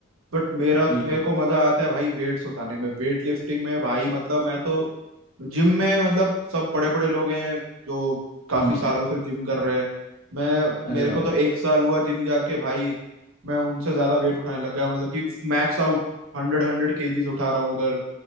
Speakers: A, on the right; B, on the left.
A: बट मेरा
B: बिल्कुल
A: मेरे को मजा आता है भाई वेट्स उठाने में वेट लिफ्टिंग में भाई मतलब मैं तो जिम में मतलब सब बड़े बड़े लोग हैं जो काफी
B: हम्म
A: सालों से जिम कर रहे हैं मैं
B: अरे
A: मेरे
B: वाह
A: को तो एक साल हुआ जिम जाके भाई मैं उनसे ज्यादा वेट उठाने लग गया मतलब कि max out hundred hundred KGs उठा रहा हूँ उधर